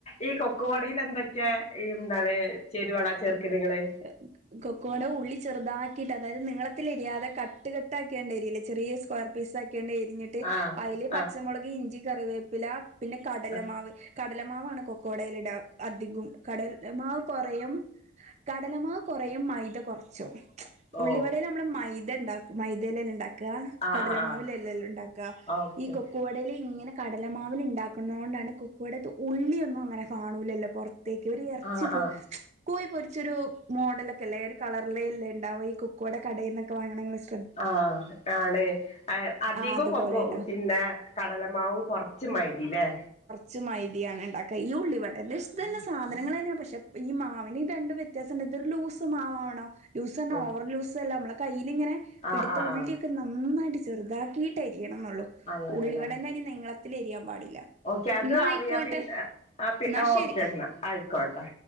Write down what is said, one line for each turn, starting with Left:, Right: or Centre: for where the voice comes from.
Left: ഈ കൊക്കുവാടിലെന്തക് ക്കെ ഈന്താണ് ചേരുവള ചേർക്കല്ങ്ങള്
Right: <unintelligible> കൊക്കോട ഉള്ളി ചെറുതാകിട്ട് അതായത് നീളത്തിലരിയാതെ കട്ട് കട്ടാക്കിയാണ്ടരിയില്ലെ ചെറിയെ സ്ക്വയർ പിസാക്കിയെണ്ണെരിഞ്ഞിട്ട്
Left: ആഹ്
Right: അയില് പച്ചമുളക്
Left: ആഹ്
Right: ഇഞ്ചി കറിവേപ്പില പിന്നെ കടലമാവ്
Left: ആഹ്
Right: കട് കടലമാവാണ് കൊക്കോടെയിലിട അധികും കടലമാവ് കോറെയും കടലമാവ് കോറയും മൈദ കോർച്ചും ഉള്ളിവടയിലമ്മള്
Left: ഓ
Right: മൈദേണ്ടാക്കും മൈദേലല്ലേണ്ടാ ക്കാ
Left: ആഹ്
Right: കടലമാവിലല്ലല്ലോണ്ടാക്ക
Left: ആഹ് ആഹ് ഓക്കെ
Right: ഈ കൊക്കോവ ടെലിങ്ങനെ കടലമാവിൽ ഇണ്ടാക്കുന്നോണ്ടാണ് കുക്കവടെത്തെ ഉള്ളിയൊന്നും അങ്ങനെ കാണൂല്ലല്ലോ പൊറ ത്തെക്കൊരു എർച്ചിപോ
Left: ആഹ് ആഹ്
Right: കോയി പൊരി ച്ചൊരു മോഡലൊക്കെല്ലെ ഒരു കളർലേല്ലേണ്ടാവ ഈ കുക്ക് വടെക്കടയിൽന്നൊക്കെ വങ്ങണെങ്ങള് സ്
Left: ആഹ് ആണ് ആഹ് അധികോം
Right: ആ അതുപോലെ
Left: കൊക്കോ
Right: ഉണ്ടാവും
Left: പിന്നെ കടലമാവും കൊറച്ച് മൈദീല്ലേ
Right: ച് മൈതിയാണ് ണ്ടാക്ക ഇയുള്ളിവടെന്റെ ഇഷ് ഇതെന്നെ സാധനങ്ങളന്നെയാ പക്ഷെ ഈ മാവിന് രണ്ട് വെ ത്യാസണ്ട് ഇതൊരുലൂസ് മാവാണോ ലൂസറ്ഞ്ഞാ
Left: ഓ
Right: ഓവർ ലൂസല്ല നമ്മെ കയ്യിലിങ്ങനെ
Left: ആഹ്
Right: പിടുത്ത
Left: ആഹ്
Right: ഉള്ളി
Left: ആഹ്
Right: നന്നായിട്ട് ചെറുതാക്കീട്ടരിയണം ന്നുള്ളു
Left: അങ്ങനെല്ലേ
Right: ഉള്ളിവടെന്റെരി നീളത്തിലരിയാൻ പാടില്ല
Left: ഓക്കെ അത്
Right: ന്നാ
Left: അറിയാ
Right: ആയിക്കോട്ടെ
Left: പിന്ന ആ ആഹ് പി
Right: ന്നാ
Left: ആ
Right: ശരി
Left: ഓക്കെന്നാ ആയിക്കോട്ടെ